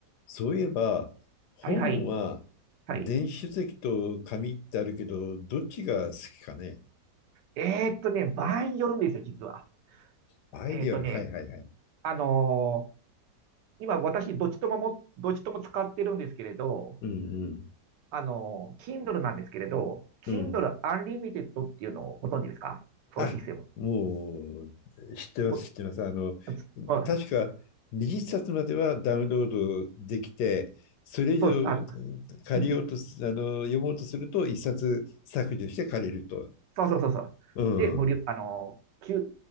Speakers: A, on the left; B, on the right.
A: そういえば、本は電子書籍と紙ってあるけど、
B: はいはい。はい。
A: どっちが好きかね。
B: えーっとね、場合によるんですよ、実は。
A: アイディアル、
B: えーっとね、
A: はいはいはい。
B: あのー今私、どっちともも、どっちとも使ってるんですけれど、
A: うん
B: あのー Kindle なんですけれど、Kindle
A: うん。うん。
B: Unlimited っていうのをご存知ですかそういうシステム。
A: あ、もう、知ってます、
B: もう
A: 知ってます。あの、
B: あつあ
A: 確か20冊まではダウンロードできて、それ以上
B: そうです。あの、
A: 借りようとす、
B: うん。
A: あの、読もうとすると1冊削除して借りると。
B: そうそうそうそう。
A: うん。
B: で、無料、あのー、きゅう